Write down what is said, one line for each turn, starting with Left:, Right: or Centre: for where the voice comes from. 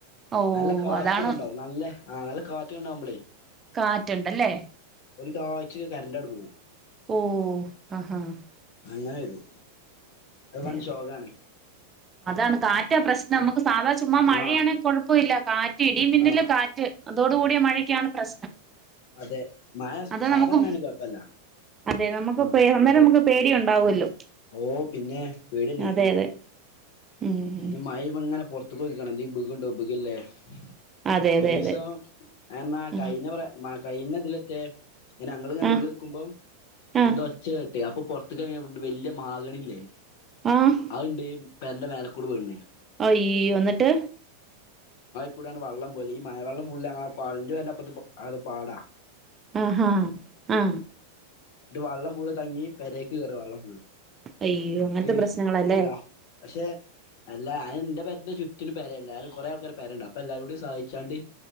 Right: ഓ
Left: നല്ല കാറ്റൊക്കെ
Right: അതാണ്
Left: ഇണ്ടാവും നല്ല ആഹ് നല്ല കാറ്റ് ഉണ്ടാവുമ്പോളേ.
Right: കാറ്റ് ഉണ്ടല്ലേ
Left: ഒരു ആഴ്ചക്ക് കറന്റ അങ്ങ് പോവും.
Right: ഓ ആഹ് ആഹ്
Left: അങ്ങനെ വരും അത് വാൻ
Right: അതെ
Left: ശോകാണ്.
Right: അതാണ് കാറ്റാ പ്രശ്നം നമുക്ക്. സാധാ ചുമ്മാ മഴയാണ്
Left: ആഹ്
Right: കുഴപ്പല്ല. കാ റ്റി ഇടി മിന്നല്
Left: ആഹ്
Right: കാറ്റ്. അതോടുകൂടിയ മഴയ്ക്കാണ് പ്രശ്നം.
Left: അതെ മഴ
Right: അത്
Left: സാധാ
Right: നമുക്ക്
Left: മഴയാണെങ്കിൽ കൊഴപ്പല്ല
Right: അതെ നമുക്ക്
Left: ആഹ്
Right: പേ- അന്നേരം
Left: അതെ
Right: നമുക്ക് പേടി ഉണ്ടാവുമല്ലോ
Left: ഓ പിന്നെ പേടി തന്നെ.
Right: അതെ അതെ ഉം
Left: പിന്നെ മഴയും ഇങ്ങനെ പൊറു ത്ത് പോക്കാണെങ്കിൽ. <unintelligible>
Right: അതെ അതെ
Left: ഒരുദിവസം
Right: അതെ
Left: എന്നാ
Right: ആഹ്
Left: കയിഞ്ഞ പ്ര മഴക്ക്. കഴിഞ്ഞ കൊല്ലത്തെ. ഇങ്ങനെ ഞങ്ങള് ഇങ്ങനെ
Right: ആഹ്
Left: ഉള്ളിൽക്കുമ്പോ
Right: ആഹ്
Left: എന്താ ഒച്ച കേട്ടെ. പ്പൊ പുറത്തുക്കറങ്ങിയപ്പ ണ്ട് വലിയ മഹാഗണില്ലേ?
Right: ആഹ്
Left: അതുണ്ട് പേരന്റെ മേല കുടെ <unintelligible>
Right: ആയ്യോ ന്നിട്ട്?
Left: കൂടാണ് വെള്ളം പോല് ഈ മഴവെള്ളം ഫുള്ള് ഞങ്ങളെ <unintelligible>
Right: ആഹാ ആ
Left: ട്ട് വള്ളം ഫുള്ള് തങ്ങി പെരേക്ക് കേറ വെള്ളം.
Right: അയ്യോ
Left: എന്നിട്ട്
Right: അങ്ങനത്തെ പ്രശ്നങ്ങളല്ലേ?
Left: അല്ല പക്ഷെ അല്ല അ എന്റെ പേരന്റെ ചുറ്റിനും പരല്ല ആ കുറേ ആൾക്കാരുടെ പരുണ്ട്. അപ്പൊ എല്ലാരും കൂടി സഹായിച്ചാണ്ട്